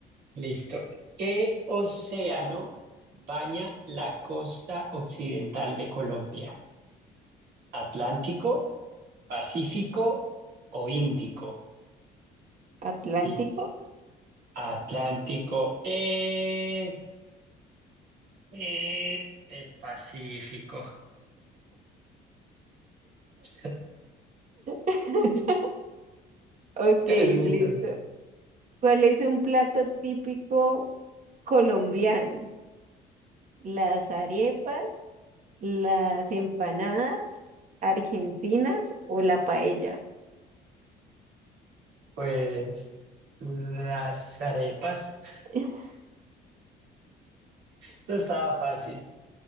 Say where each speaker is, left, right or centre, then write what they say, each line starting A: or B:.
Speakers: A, on the right; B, on the right.
A: Listo. ¿Qué océano baña la costa occidental de Colombia? ¿Atlántico, Pacífico o Índico?
B: ¿Atlántico?
A: Y Atlántico es... eh, es Pacífico. Ok,
B: <laughs> Ok,
A: Es mi
B: listo.
A: turno.
B: ¿Cuál es un plato típico colombiano? ¿Las arepas, las empanadas argentinas o la paella?
A: Pues las arepas.
B: <laughs>
A: Eso estaba fácil.